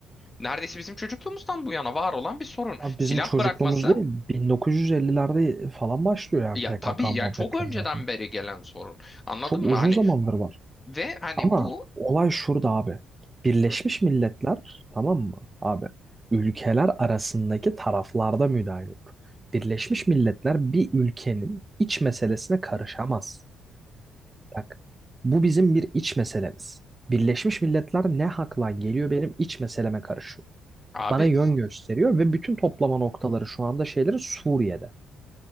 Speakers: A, on the left (about 20°); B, on the right (about 20°).
A: neredeyse bizim çocukluğumuzdan bu yana var olan bir sorun.
B: Abi bizim
A: Silah
B: çocukluğumuz
A: bırakması
B: değil 1950'lerde falan başlıyor yani
A: ya
B: PKK
A: tabii
B: muhabbetleri
A: ya çok önceden
B: zaten.
A: beri gelen sorun. Anladın
B: Çok
A: mı?
B: uzun
A: Hani
B: zamandır var.
A: ve hani
B: Ama
A: bu
B: olay şurada abi. Birleşmiş
A: Hı,
B: Milletler tamam mı abi? Ülkeler arasındaki taraflarda müdahil olur. Birleşmiş Milletler bir ülkenin iç meselesine karışamaz. Bak bu bizim bir iç meselemiz. Birleşmiş Milletler ne hakla geliyor benim iç meseleme karışıyor.
A: abi
B: Bana yön gösteriyor ve bütün toplama noktaları şu anda şeyleri Suriye'de.